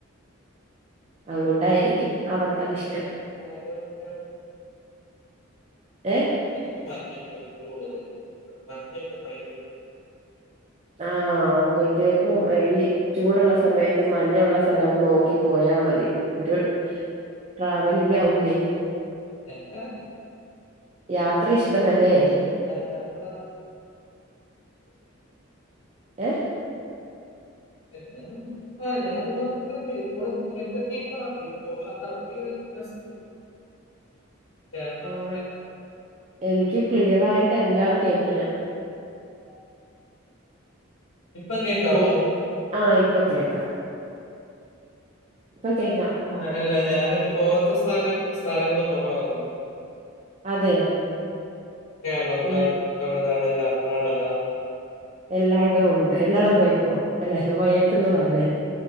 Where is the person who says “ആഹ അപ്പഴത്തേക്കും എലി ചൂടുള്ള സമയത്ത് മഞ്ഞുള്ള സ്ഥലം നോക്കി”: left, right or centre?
Right